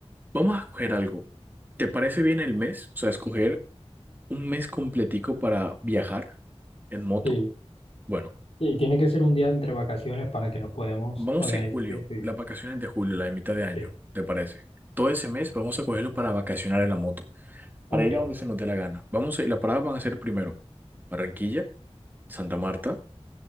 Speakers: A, on the right; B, on the left.
A: Vamos a escoger algo. ¿Te parece bien el mes? O sea, escoger un mes completico para viajar en moto.
B: Sí,
A: Bueno,
B: sí, tiene que ser un día entre vacaciones para que nos podamos
A: vamos
B: organizar
A: en julio,
B: bien tú y
A: las
B: yo.
A: vacaciones de julio, la de mitad de año,
B: Sí.
A: ¿te parece? Todo ese mes vamos a cogerlo para vacacionar en la moto,
B: Ok.
A: para ir a donde se nos dé la gana. Vamos a, las paradas van a ser primero Barranquilla, Santa Marta.